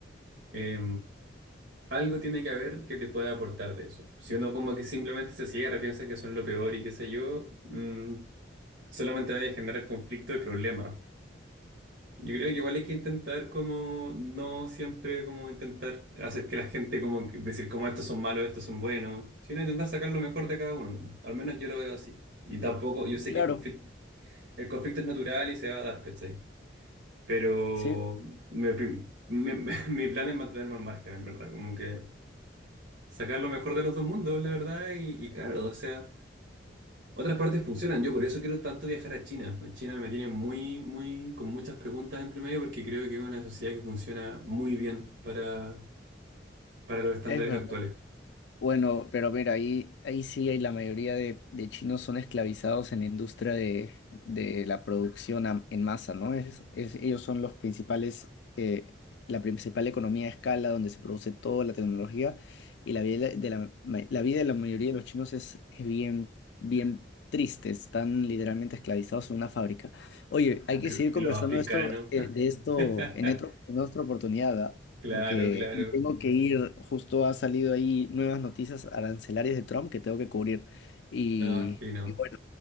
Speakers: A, on the right; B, on the left.
A: eh, algo tiene que haber que te pueda aportar de eso. Si uno como que simplemente se cierra, piensa que son lo peor y qué sé yo, mm, solamente vaya a generar conflicto y problemas. Yo creo que igual hay que intentar como, no siempre como intentar hacer que la gente como que decir como estos son malos, estos son buenos, sino intentar sacar lo mejor de cada uno, ¿no? Al menos yo lo veo así. Y tampoco, yo sé
B: Claro,
A: que es conflict- el conflicto es natural y se va a dar, ¿cachai? Pero
B: sí,
A: me- me- <laughs> mi plan es mantenerme al margen, en verdad, como que sacar lo mejor de los dos mundos, la verdad, y, y claro, o sea, otras partes funcionan. Yo por eso quiero tanto viajar a China. China me tiene muy, muy, con muchas preguntas entre medio porque creo que es una sociedad que funciona muy bien para, para los estándares
B: es verdad.
A: actuales.
B: Bueno, pero mira, ahí, ahí sí hay la mayoría de, de chinos son esclavizados en la industria de, de la producción a- en masa, ¿no? Es, es- ellos son los principales, eh, la principal economía de escala donde se produce toda la tecnología y la vida de la, ma- la vida de la mayoría de los chinos es, es bien, bien triste, están literalmente esclavizados en una fábrica. Oye, hay
A: Pero,
B: que seguir
A: ¿y
B: conversando
A: los africanos?
B: de esto, eh, de esto
A: <laughs>
B: en otro, en otra oportunidad, ¿ah?
A: Claro,
B: porque
A: claro,
B: me tengo que ir, justo ha salido ahí nuevas noticias arancelarias de Trump que tengo que cubrir. Y,
A: me imagino.
B: y bueno,